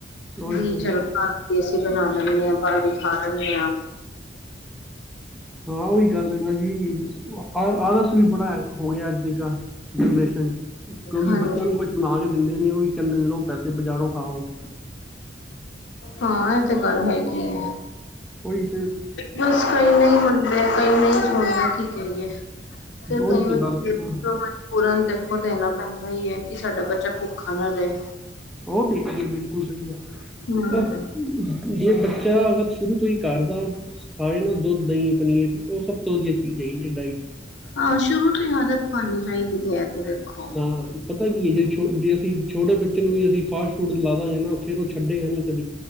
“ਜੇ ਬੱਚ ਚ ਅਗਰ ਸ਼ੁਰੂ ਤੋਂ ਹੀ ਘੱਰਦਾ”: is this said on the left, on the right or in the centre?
Centre